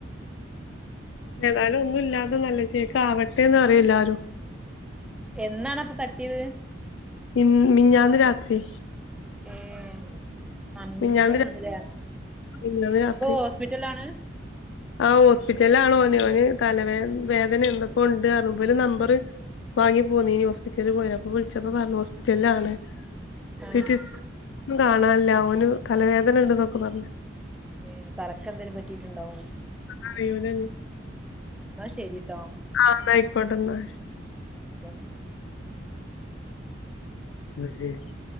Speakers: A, in the centre; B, on the left.
A: ഉം
B: ഏതാലും ഒന്നും ഇല്ലാതെ നല്ല ചേക്ക് ആവട്ടെന്ന് പറയ എല്ലാരും
A: എന്നാണ് അപ്പ തട്ടിയത്
B: ഇ മിഞ്ഞാന്ന് രാത്രി
A: ഏഹ് ആ മിഞ്ഞാന്നാണ്
B: മിഞ്ഞാന്ന് രാ
A: ലെ
B: മിഞ്ഞാന്ന് രാത്രി
A: ഇപ്പൊ ഹോസ്പിറ്റൽലാണ്
B: ആ ഹോസ്പിറ്റൽലാണ് ഓന് ഓന് തലവേ വേദന എന്തക്കോ ഇണ്ട് പർഞ്ഞു ഇവല് നമ്പറ് വാങ്ങി പൊന്നീനി ഹോസ്പിറ്റൽല് പോയപ്പൊ വിൾച്ചപ്പോ പർഞ്ഞു ഹോസ്പിറ്റൽലാണ്
A: ആഹ്
B: സി ട്ടി കാണാല്ല ഓന് തലവേദന ഇണ്ട് ന്നൊക്കെ പർഞ്
A: ഏഹ് തലക്കെന്തേങ്കിലും പറ്റിയിട്ടുണ്ടാവും
B: അറിയൂല
A: എന്നാ ശരിട്ടോ
B: ആഹ് ആയിക്കോട്ടെന്നാ
A: ആഹ് അതെ
B: <unintelligible>